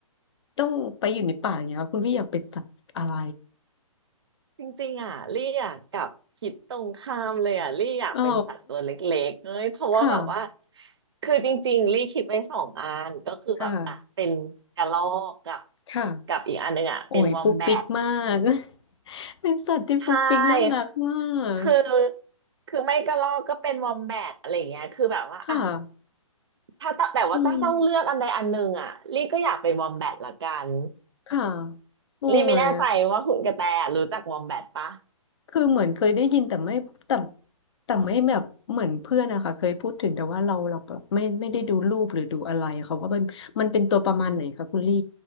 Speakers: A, on the left (about 50°); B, on the right (about 50°).
A: ต้องไปอยู่ในป่าอย่างเงี้ยคุณลี่อยากเป็นสัตว์อะไร
B: จริงๆอ่ะลี่อยากกลับคิดตรงข้ามเลยอ่ะลี่อยากเป็นสัตว์ตัวเล็กๆเอ้ยเพราะว่าแบบว่า
A: อ๋อค่ะ
B: คือจริงๆลี่คิดไว้สองอันก็คือแบบอ่ะเป็นกระรอกกับ
A: ค่ะค่ะ
B: กับอีกอันหนึ่งอ่ะเป็นวอมแบท
A: โอ้ยปุ๊กปิ๊กมาก <laughs> เป็นสัตว์ที่ปุ๊กปิ๊กน่ารักมาก
B: ใช่คือคือไม่กระรอกก็เป็นวอมแบทอะไรยาเงี้ยคือแบบว่าอะ
A: ค่ะ
B: ถ้าตแต่ว่าถ้าต้องเลือกอันใดอันหนึ่งอะลี่ก็อยากเป็นวอมแบทละกัน
A: อืมค่ะโอ้ย
B: ลี่ไม่แน่ใจว่าคุณกระแตรู้จักวอมแบทปะ
A: คือเหมือนเคยได้ยินแต่ไม่แต่แต่ไม่แบบเหมือนเพื่อนนะคะเคยพูดถึงแต่ว่าเราเราแบบไม่ไม่ได้ดูรูปหรือดูอะไรเขาก็เป็นมันเป็นตัวประมาณไหนคะคุณลี่